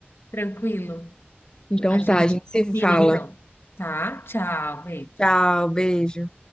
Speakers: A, on the left; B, on the left.
A: Tranquilo.
B: Então
A: A gente
B: tá, a gente se
A: combina
B: fala.
A: então. Tá? Tchau, beijo.
B: Tchau, beijo.